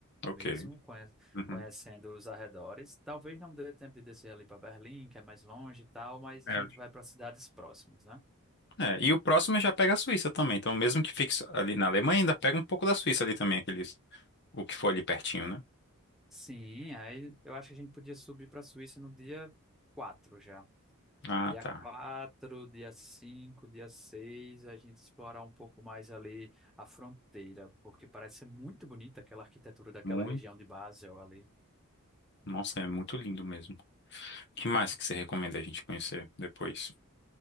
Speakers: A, on the left; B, in the centre.
A: Ok.
B: mesmo, conhe-
A: Uhum.
B: conhecendo os arredores. Talvez não dê tempo de descer ali para Berlim, que é mais longe e tal, mas
A: É.
B: a gente vai para cidades próximas, né?
A: É, e o próximo já pega a Suíça também. Então, mesmo que fique só ali na Alemanha, ainda pega um pouco da Suíça ali também, aqueles, o que for ali pertinho, né?
B: Sim, aí eu acho que a gente podia subir para a Suíça no dia 4 já.
A: Ah,
B: Dia
A: tá.
B: 4, dia 5, dia 6, a gente explorar um pouco mais ali a fronteira, porque parece ser muito bonita aquela arquitetura daquela
A: Muito.
B: região de Basel ali.
A: Nossa, é muito lindo mesmo. O que mais que você recomenda a gente conhecer depois?